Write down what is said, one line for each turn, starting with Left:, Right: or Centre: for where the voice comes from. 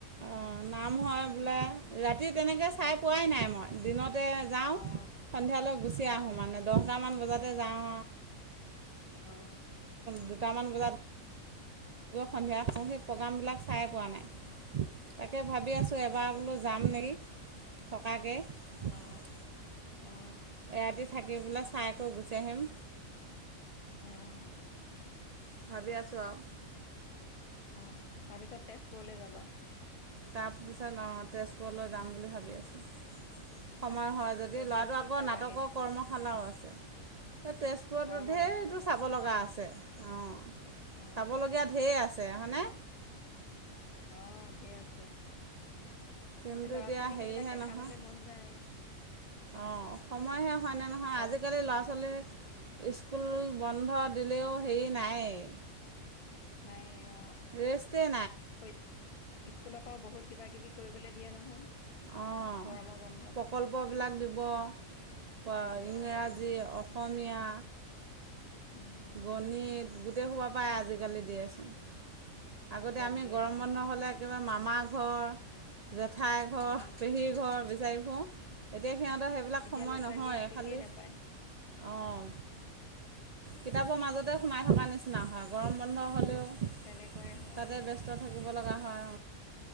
Right: অ নাম হয় বোলে ৰাতি তেনেকৈ চাই পোৱাই নাই মই দিনত। যাওঁ
Left: অ
Right: সন্ধিয়ালৈ গুচি
Left: অ
Right: আহোঁ মানে দহটামান বজাতে যাওঁ আৰু
Left: অ
Right: দুটামান বজাত। সন্ধিয়া হওঁ সেই প্ৰগ্ৰামবিলাক। চাই পোৱা নাই তাকে। ভাবি আছোঁ এবাৰ
Left: অ
Right: বোলো যাম নেকি। থকাকে এৰাতি
Left: অ অ
Right: থাকি বোলে চাই। থৈ গুচি আহিম
Left: অহ।
Right: ভাবি আছো আৰু।
Left: অ তাৰপিছত তেজপুৰলৈ যাবা।
Right: তাৰপিছত অ তেজপুৰলৈ যাম বুলি ভাবি আছোঁ সময় হয় যদি
Left: তেজপুৰ
Right: ল'ৰাটো
Left: কি
Right: আকৌ
Left: চাবাগে
Right: নাটকৰ কৰ্মশালাও আছে। এই তেজপুৰত
Left: গৰমৰ
Right: ঢেৰটো
Left: বন্ধত
Right: চাব লগা আছে আহ
Left: অ
Right: চাব লগীয়া ঢেৰ আছে হয়নে।
Left: অ ঢেৰ আছে
Right: কিন্তু
Left: এই ল'ৰা
Right: এতিয়া
Left: ছোৱালীক
Right: হেৰিহে
Left: সেইবিলাক দেখাবলৈ
Right: নহয়,
Left: মন যায়
Right: অঁ সময়হে হয়নে নহয়
Left: গৰম
Right: আজিকালি ল'ৰা ছোৱালী স্কুল বন্ধ দিলেও হেৰি নাই।
Left: নাই অ
Right: ৰেষ্টেই
Left: কৈ স্কুলৰ পৰাও বহুত কিবা কিবি কৰিবলৈ দিয়ে নহয়।
Right: অঁ
Left: গৰমৰ বন্ধত
Right: প্ৰকল্পবিলাক দিব, ইংৰাজী,
Left: দিব
Right: অসমীয়া।
Left: উম
Right: গণিত গোটেই সোপাপাই আজিকালি দিয়েচোন। আগতে
Left: চব
Right: আমি
Left: দিয়ে
Right: গৰম
Left: অ
Right: বন্ধ হলে একেবাৰে মামা ঘৰ জেঠাই ঘৰ
Left: অ
Right: পেহীৰ ঘৰ বিচাৰিবোৰ এতিয়া সিহঁতৰ সেইবিলাক
Left: এতিয়া
Right: সময়
Left: ল'ৰা ছোৱালীয়ে
Right: নহয়
Left: ছিগিয়ে
Right: খালি
Left: নোপায়
Right: অঁ কিতাপৰ মাজতে সোমাই থকা নিচিনা নহয় গৰম বন্ধ হ'লেও
Left: তেনেকুৱাই হয়
Right: তাতে ব্যস্ত
Left: অ
Right: থাকিব লগা হয়।